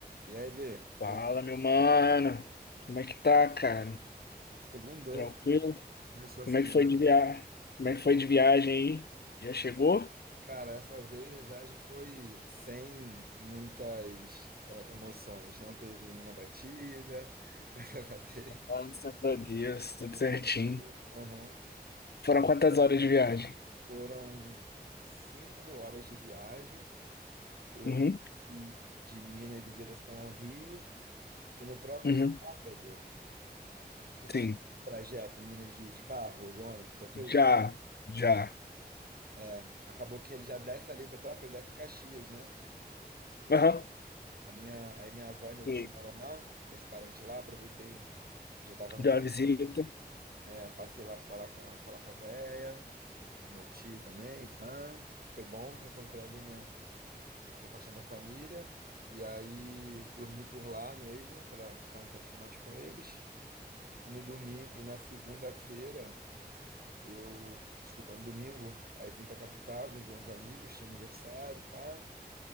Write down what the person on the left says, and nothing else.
Fala,
meu mano. Como é que tá, cara?
Tranquilo?
Como
é que foi de viagem? Como é que foi de viagem aí? Já chegou?
Graças a Deus, tudo
certinho.
Foram quantas horas de viagem?
Uhum,
uhum.
Sim,
já, já.
Aham,
sim.
Deu
uma visita.